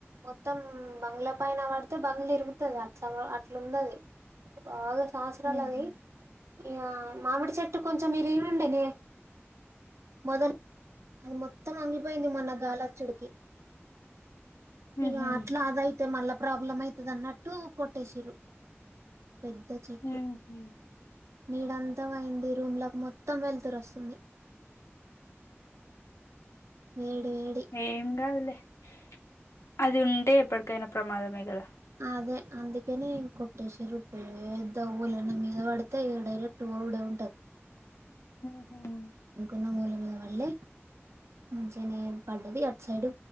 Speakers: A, on the right; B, on the left.
A: మొత్తం బంగ్ళ పైన పడితే బంగ్ళ ఇరుగుతుది అతా అట్లా ఉందది బాగా, సాస్రాలు
B: ఉమ్
A: అవి ఇగా మామిడి చెట్టు కొంచెం ఇరిగి ఉండనే మొదలు అది మొ, మొత్తం అంగిపోయింది మొన్న గాలి వచ్చుడుకు,
B: ఉహు
A: ఇకా అట్లా అవి ఐ, అయితే మళ్ళా ప్రాబ్లం అయ్యితాది అన్నట్టు కొట్టేసిరు, పెద్ద చెట్టు,
B: ఉహు
A: నీడ అంతం పోయింది రూమ్ లోకి మొత్తం వెల్తురు వస్తుంది, వేడి వేడి
B: ఏం కాదులే, <inaudible> అది ఉంటే ఎప్పటికైనా ప్రమాదమే కదా,
A: అదే అందుకనే కోటేసినూరు. పెద్ద ఓలాన్న మీద పడితే ఈ డైరెక్ట్ పోవుడే ఉంటంది,
B: అహ
A: ఓళ్ళ మీద పడలే మంచిగానే పడ్డది అటు సైడు